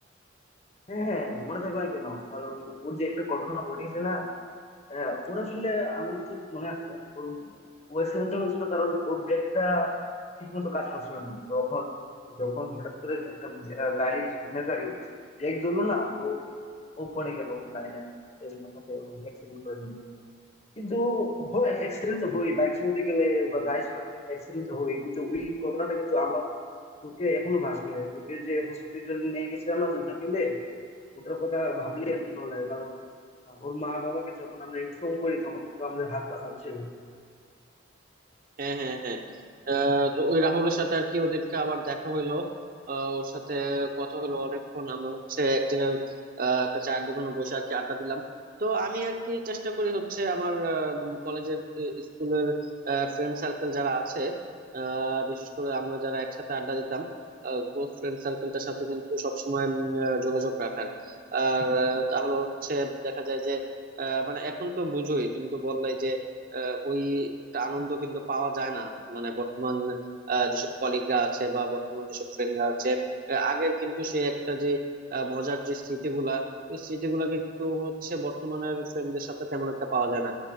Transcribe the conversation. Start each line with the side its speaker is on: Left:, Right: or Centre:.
Left: হ্যাঁ হ্যাঁ হ্যাঁ, মনে থাকবে না কেন কারণ ওর যে একটা ঘটনা ঘটিয়েছে না হ্যাঁ ওর আসলে আমার যতটুকু মনে আছে ওর ও অ্যাক্সিডেন্টটা হয়েছিল কারণ ওর ব্রেকটা ঠিক মতো কাজ করছিল না তখন যখন হঠাৎ করে একটা আহ, গাড়ি সামনের গাড়ি ব্রেক ধরলো না তো ও পড়ে গেল গাড়িটা মাথাতে অ্যাক্সিডেন্ট করে নিল কিন্তু হয় অ্যাক্সিডেন্ট তো হয় বাইক চালাতে গেলে বা গাড়ি চালাতে গেলে অ্যাক্সিডেন্ট তো হয় কিন্তু ওই ঘটনাটা কিন্তু আমার চোখে এখনো ভাসে ওকে যে হসপিটাল নিয়ে গেছিলাম না দুজন মিলে ওটার কথা ভাবলেই এখন ডর লাগে কারণ আহ, ওর মা বাবাকে যখন আমরা ইনফর্ম করি তখন কিন্তু আমাদের হাত পা কাঁপছিল
Right: হ্যাঁ হ্যাঁ হ্যাঁ আহ, তো ওই রাহুলের সাথে আর কি ওদেরকে আবার দেখা হইলো আহ, ওর সাথে কথা হলো অনেকক্ষণ আমরা হচ্ছে এক জায়গায় আহ, একটা চায়ের দোকানে বসে আর কি আড্ডা দিলাম তো আমি আর কি চেষ্টা করি হচ্ছে আমার কলেজের স্কুলের ফ্রেন্ড সার্কেল যারা আছে আহ, বিশেষ করে আমরা যারা একসাথে আড্ডা দিতাম ক্লোজ ফ্রেন্ড সার্কেলটার সাথে কিন্তু সবসময় উম, আহ, যোগাযোগ রাখার আর আহ, তাহলে হচ্ছে দেখা যায় যে আহ, মানে এখন তো বুঝোই তুমি তো বললাই যে আহ, ওই একটা আনন্দ কিন্তু পাওয়া যায় না মানে বর্তমান আহ, যেসব কলিগরা আছে বা বর্তমান যেসব ফ্রেন্ডরা আছে আহ, আগের কিন্তু সে একটা যে আহ, মজার যে স্মৃতিগুলা ওই স্মৃতিগুলা কিন্তু হচ্ছে বর্তমানের ফ্রেন্ডদের সাথে তেমন একটা পাওয়া যায় না